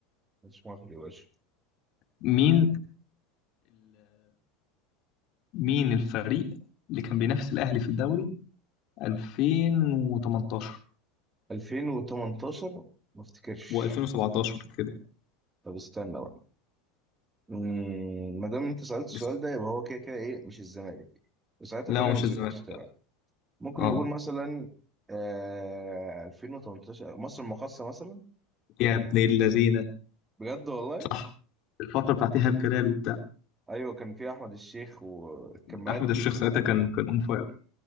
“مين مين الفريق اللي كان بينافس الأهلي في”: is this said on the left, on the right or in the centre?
Left